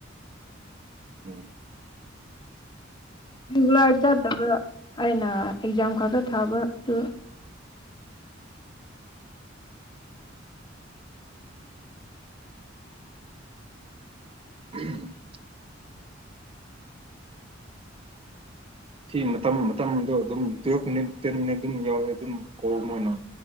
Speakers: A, on the right; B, on the left.
A: <inaudible>
B: ꯔꯤꯒꯨꯂꯔ ꯆꯠꯇꯕ ꯑꯩꯅ ꯑꯦꯛꯖꯥꯝ ꯈꯛꯇ ꯊꯥꯕ ꯗꯨ
A: <inaudible> ꯁꯤ ꯃꯇꯝ ꯃꯇꯝꯗꯣ ꯑꯗꯨꯝ ꯄꯤꯔꯛꯄꯅꯦ ꯇꯦꯟ ꯃꯤꯅꯠ ꯑꯗꯨꯝ ꯌꯥꯎꯋꯦ ꯑꯗꯨꯝ ꯀꯣꯜ ꯑꯣꯏꯅ